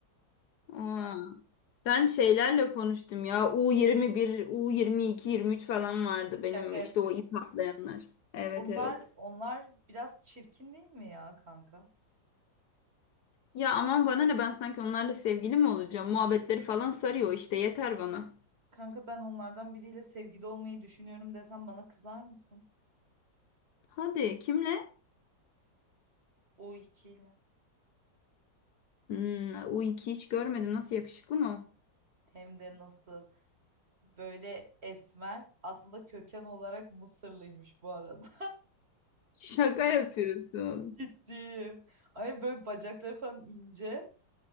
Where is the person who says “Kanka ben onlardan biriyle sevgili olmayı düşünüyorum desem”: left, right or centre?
Right